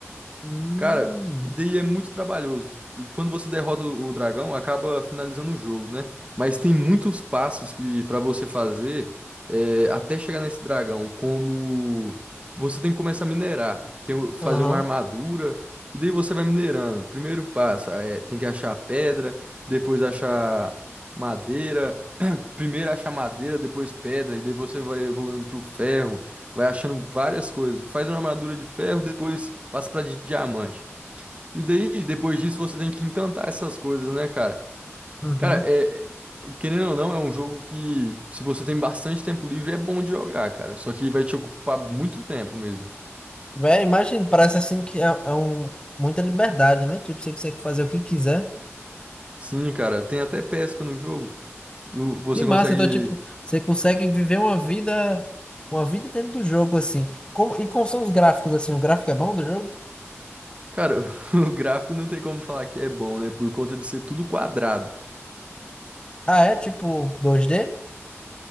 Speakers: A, on the left; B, on the right.
A: Hum.
B: Cara, e daí é muito trabalhoso. Quando você derrota o o dragão, acaba finalizando o jogo, né? Mas tem muitos passos que para você fazer é, até chegar nesse dragão, como você tem que começar a minerar, tem, o- fazer
A: Aham.
B: uma armadura, e daí você vai minerando. Primeiro passo é tem que achar pedra, depois achar madeira, <clears throat> primeiro achar madeira, depois pedra, e daí você vai evoluindo pro ferro. Vai achando várias coisas. Faz uma armadura de ferro, depois passa pra de diamante. E daí, depois disso, você tem que encantar essas coisas, né, cara?
A: Uhum.
B: Cara, é, é- querendo ou não, é um jogo que, se você tem bastante tempo livre, é bom de jogar, cara. Só que vai te ocupar muito tempo mesmo.
A: Véi, imagina, parece assim que é, é um muita liberdade, né? Tipo, você consegue fazer o que quiser.
B: Sim, cara, tem até pesca no jogo. O- Você
A: Que massa,
B: consegue.
A: então, tipo, você consegue viver uma vida, uma vida dentro do jogo, assim. Como, e como são os gráficos, assim? O gráfico é bom do jogo?
B: Cara, <laughs> o gráfico não tem como falar que é bom, né? Por conta de ser tudo quadrado.
A: Ah, é tipo dois d